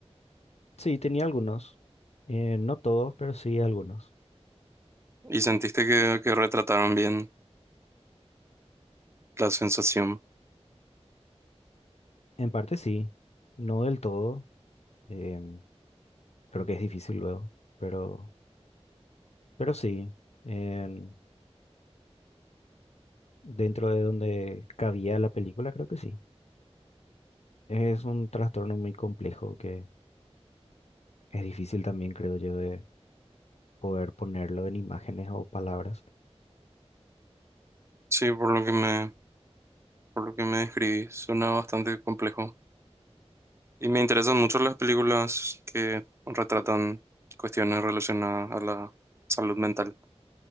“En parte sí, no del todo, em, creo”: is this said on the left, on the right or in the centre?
Left